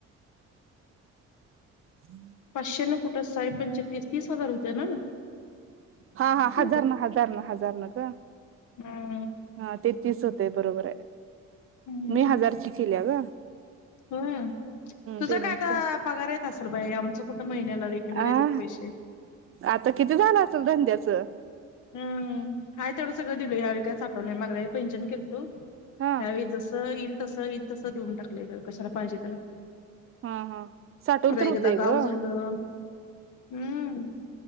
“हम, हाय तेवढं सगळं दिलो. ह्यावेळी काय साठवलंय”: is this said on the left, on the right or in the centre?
Left